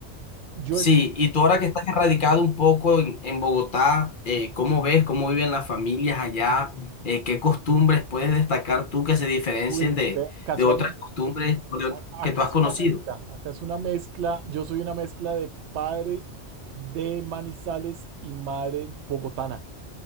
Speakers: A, on the right; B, on the left.
A: Yo
B: sí,
A: es,
B: y tú ahora que estás erradicado un poco en, en Bogotá, eh, ¿cómo ves cómo viven las familias allá? Eh, ¿qué costumbres puedes destacar tú que se diferencien
A: pues,
B: de,
A: ve- casualmente...
B: de otras costumbres o de ot-
A: A-
B: que
A: Acá
B: tú has
A: es
B: conocido?
A: una mezcla, acá es una mezcla. Yo soy una mezcla de padre de Manizales y madre bogotana.